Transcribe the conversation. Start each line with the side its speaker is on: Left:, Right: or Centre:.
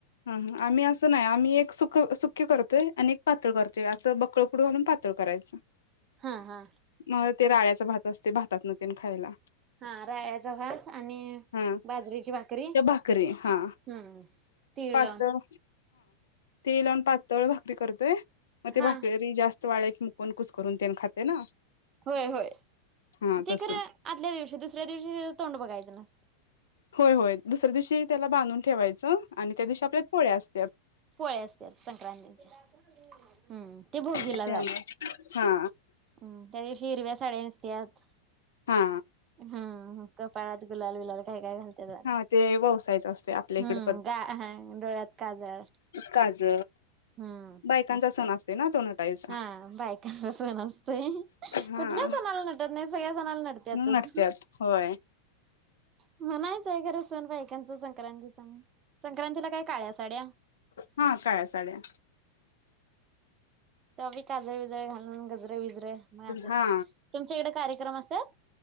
Left: अह आम्ही असं नाय आम्ही एक. सुख सुखी करत होय आणि एक पातळ करतोय अस बकळ. पुढं घालून पातळ करायचं.
Right: हा हा
Left: मग ते राळ्याचा भात असते भातात न तेन खायला
Right: हा राळचा भात आणि
Left: हा
Right: बाजरीची भाकरी,
Left: त्या भाकरी हा
Right: हम्म तीळ
Left: पातळ
Right: लावून
Left: तीळ लावून पातळ भाकरी करतोय. म
Right: हा
Left: बाकरी जास्त वाळ्या क मुक्त कोणकुस करून तेन खाते ना,
Right: होय होय
Left: हा
Right: तेी
Left: तसं
Right: खरं आदल्या दिवशी दुसऱ्या दिवशी तोंड बघायचं न
Left: होय होय दुसऱ्या दिवशी त्याला बांधून ठेवायचं. आणि त्या दिवशी आपल्यात पोळे्या असतात.
Right: पोळे असत संक्रांतीच्या हम्म ते भोगीला
Left: त्यामुळे
Right: झालं
Left: हा
Right: हम् त्या हिरव्या साडे्यांनसतयाात
Left: हा
Right: हा कपाळात गुलाल बिलाल घालतेले
Left: हा ते ववसायचं असते आपल्या इकडे
Right: हम्म गा डोळ्यात काजळ
Left: काज
Right: हम्म
Left: बायकांचा
Right: असं
Left: सण
Right: करत्यात
Left: असतो ना तो. नटायचा
Right: हा बायकांचा सण असतय,
Left: हा
Right: कुठल्या सणाला नटत नाही, सगळ्या सणाला नटतेतच
Left: नटत्यात होय
Right: म्हणायच घर सण बाईकांच संक्रांती सून संक्रांतीला काय काळ्या साड्या
Left: हा काय चाले,
Right: तरभ काल घा गजरे बिज अर मग अस तुमच्या
Left: हा
Right: इकडे कार्यक्रम असत.